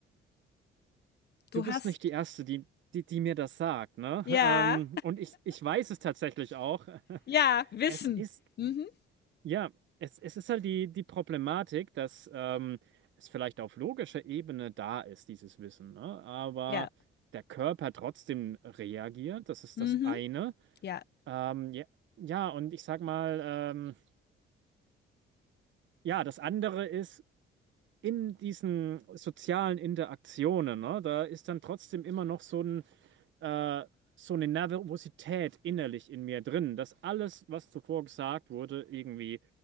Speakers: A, on the left; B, on the right.
A: Du
B: Du bist
A: hast,
B: nicht die Erste, die, die, die mir das sagt, ne?
A: ja,
B: <laughs> Ähm, und ich, ich weiß es tatsächlich auch. <laughs>
A: ja, Wissen.
B: Es ist
A: Mhm,
B: Ja, es, es ist halt die, die Problematik, dass ähm, es vielleicht auf logischer Ebene da ist, dieses Wissen, ne? Aber
A: ja,
B: der Körper trotzdem reagiert, das ist
A: mhm,
B: das eine.
A: ja,
B: Ähm, ja, ja, und ich sag mal, ähm, ja, das andere ist in diesen sozialen Interaktionen, ne? Da ist dann trotzdem immer noch so ein, äh, so eine Nervosität innerlich in mir drin, dass alles, was zuvor gesagt wurde, irgendwie